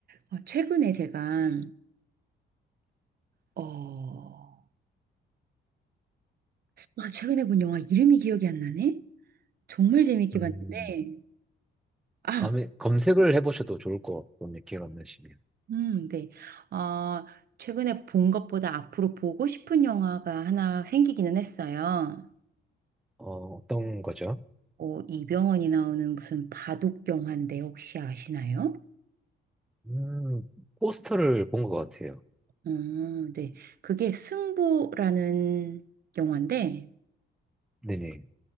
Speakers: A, on the right (about 50°); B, in the centre.
A: 어, 최근에 제가, 어, 아, 최근에 본 영화 이름이 기억이 안 나네? 정말 재밌게
B: 음,
A: 봤는데, 아,
B: 아마 검색을 해보셔도 좋을 것 같고, 근데 기회가 안 나시면.
A: 음, 네. 어, 최근에 본 것보다 앞으로 보고 싶은 영화가 하나 생기기는 했어요.
B: 어, 어떤 거죠?
A: 어, 이병헌이 나오는 무슨 바둑 영화인데 혹시 아시나요?
B: 음, 포스터를 본 것 같아요.
A: 어, 네. 그게 승부라는 영화인데
B: 네네.